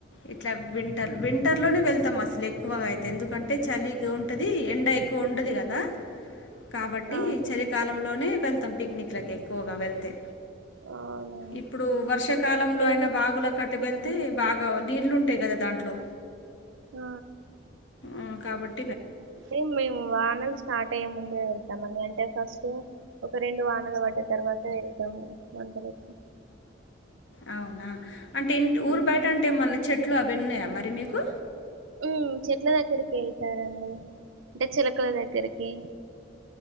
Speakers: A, on the left; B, on the right.
A: ఇట్లా వింటర్ వింటర్లోనే వెళ్తాం అసలు ఎక్కువగా అయితే ఎందుకంటే అంటే చలి ఉంటుంది ఎండ ఎక్కువ ఉదు కదా కాబట్టి
B: అవును
A: చలి కాలంలోనే వెళ్తాం పిక్నిక్ లకు ఎక్కువగా వెళ్తే
B: అవునా
A: ఇప్పుడు వర్షాకాలంలో
B: నేను
A: అయిన వాగులు కట్ట వెళ్ అయితే బాగా నీళ్లు ఉంటాయి కదా దాంట్లో
B: ఆ
A: ఆ కాబట్
B: అంటే మేము వానలు స్టార్ట్ అయ్యే ముందుే వెళ్తామని అంటే ఫస్ట్ ఒక రెండు వానలు పడ్డ తర్వాత వెళ్దాము మంత్లీ కి
A: అవునా అంటే ఇంటి
B: ఉమ్
A: ఊరు బయట అంటే ఏమన్నా చెట్లు అవి ఉన్నాయా మరి మీకు
B: ఉ చెట్ల దగ్గరికి వెళ్తారండి అంటే చిలకల దగ్గరికి